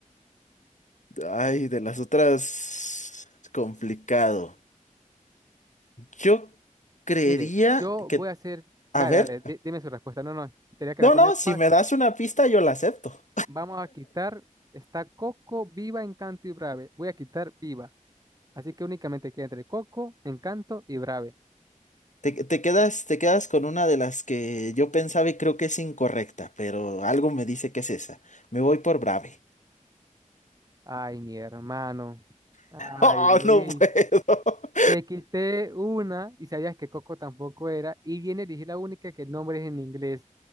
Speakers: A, on the left; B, on the right.
A: Ay, de las otras, complicado. Yo creería
B: Mire, yo
A: que,
B: voy a hacer.
A: a
B: Dale,
A: ver.
B: dale, di- dime su respuesta. No, no, tenía que
A: No,
B: poner
A: no, si
B: paz.
A: me das una pista, yo la acepto.
B: Vamos a quitar. Está Coco, Viva, Encanto y Brave. Voy a quitar Viva. Así que únicamente queda entre Coco, Encanto y Brave.
A: Te, te quedas, te quedas con una de las que yo pensaba y creo que es incorrecta, pero algo me dice que es esa. Me voy por Brave.
B: Ay, mi hermano. Ay,
A: <laughs> Oh,
B: Luis.
A: no puedo. <laughs>
B: Te quité una y sabías que Coco tampoco era. Y viene a elegir la única que el nombre es en inglés.